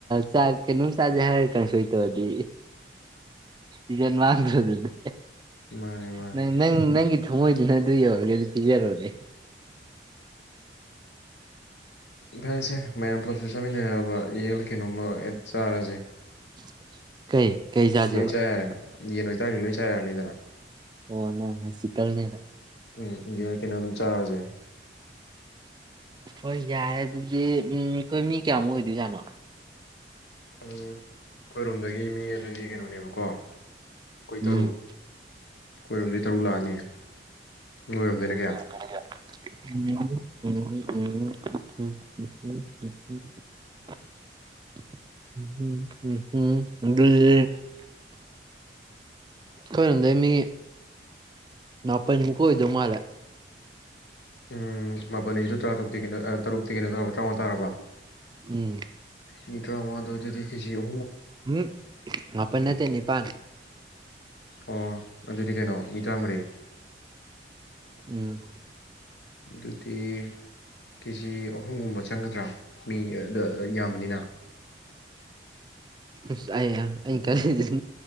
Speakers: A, on the right; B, on the left.
A: ꯆꯥ ꯀꯩꯅꯣꯝ ꯆꯥꯥꯖꯦ ꯍꯥꯏꯔ ꯀꯥꯡꯁꯣꯏ ꯇꯧꯔꯗꯤ ꯏꯖꯠ ꯃꯥꯪꯗꯔꯣ ꯑꯗꯨꯗꯤ
B: ꯃꯥꯅꯦ ꯃꯥꯅꯦ
A: ꯅꯪ ꯅꯪ ꯅꯪꯒꯤ ꯊꯃꯣꯏꯗꯨꯅ ꯑꯗꯨ ꯌꯧꯔꯒꯗꯤ ꯄꯤꯖꯔꯣꯅꯦ
B: ꯐꯔꯦꯁꯦ ꯃꯌꯥꯝ ꯄꯨꯂꯞꯁꯨ ꯆꯥꯃꯤꯟꯅ ꯌꯥꯕ ꯌꯦꯟꯂꯥ ꯀꯩꯅꯣꯝꯃ ꯍꯦꯛ ꯆꯥꯔꯁꯦ
A: <inaudible> ꯀꯩ ꯀꯩ ꯆꯥꯖꯦꯕ
B: ꯂꯣꯏ ꯆ ꯌꯥꯔꯦꯅ ꯌꯦꯟ ꯑꯣꯏꯇꯥꯔꯗꯤ ꯂꯣꯏ ꯆꯌꯔꯥꯅꯤꯗꯅ
A: ꯑꯣ <unintelligible>
B: ꯎꯝ ꯌꯥꯏ ꯀꯩꯅꯣ ꯑꯗꯨꯝ ꯆꯥꯔꯁꯦ
A: ꯍꯣꯏ ꯌꯥꯏꯌꯦ ꯑꯗꯨꯗꯤ ꯑꯩꯈꯣꯏ ꯃꯤ ꯀꯌꯥꯃꯨꯛ ꯑꯣꯏꯗꯣꯏꯖꯥꯠꯅꯣ
B: ꯎꯝ ꯑꯈꯣꯏꯔꯣꯝꯗꯒꯤ ꯃꯤ ꯑꯗꯨꯗꯤ ꯀꯩꯅꯣꯅꯦꯕꯀꯣ ꯑꯈꯣꯏ
A: ꯎꯝ
B: ꯇꯔꯨꯛ ꯑꯈꯣꯏꯔꯣꯝꯗꯒꯤ ꯇꯔꯨꯛ ꯂꯥꯛꯑꯅꯤ
A: <unintelligible>
B: ꯅꯣꯏꯔꯣꯝꯗꯩꯅ ꯀꯌꯥ
A: <unintelligible> ꯈꯣꯏꯔꯣꯝꯗꯩ ꯃꯤ ꯃꯥꯄꯜꯃꯨꯛ ꯑꯣꯏꯗꯧ ꯃꯥꯜꯂꯦ
B: ꯎꯝ <unintelligible> ꯇꯔꯥ ꯇꯨꯛ <unintelligible> ꯀꯩꯅꯣ ꯇꯔꯨꯛꯇꯤ ꯀꯩꯅꯣ ꯇꯔꯥꯎꯉꯥ ꯇꯥꯔꯕ
A: ꯎꯝ
B: ꯃꯤ ꯇꯔꯥꯎꯉꯥ <unintelligible> <unintelligible>
A: ꯎꯝ ꯃꯥꯄꯟ ꯅꯠꯇꯦ ꯅꯤꯄꯥꯟꯅꯤ
B: ꯑꯣ ꯑꯗꯨꯗꯤ ꯀꯩꯅꯣ ꯃꯤ ꯇꯔꯥꯃꯔꯤ
A: ꯎꯝ
B: ꯑꯗꯨꯗꯤ ꯀꯦꯖꯤ ꯑꯍꯨꯝꯒꯨꯝꯕ ꯆꯪꯒꯗ꯭ꯔꯥ ꯃꯤ ꯌꯥꯝꯕꯅꯤꯅ
A: ꯑꯁ ꯑꯩ ꯑꯩꯅ ꯈꯜꯂꯤꯁꯤꯅ